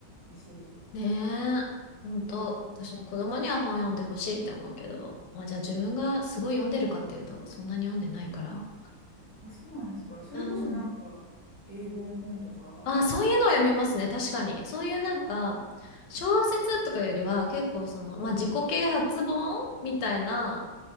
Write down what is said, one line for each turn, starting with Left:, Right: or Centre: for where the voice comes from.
Right: だし、
Left: ねえ。ほんと、
Right: ずーっと。
Left: 私も子供には本読んでほしいって思うけど。まあじゃあ自分がすごい読んでるかっていうと、そんなに読んでないから。
Right: あ、そうなんですか。それこそなんか英語の本とか、
Left: うん。あ、そういうのは読みますね。確かに。そういうなんか、
Right: あ、
Left: 小説とかよりは結構その、まあ自己啓発本みたいな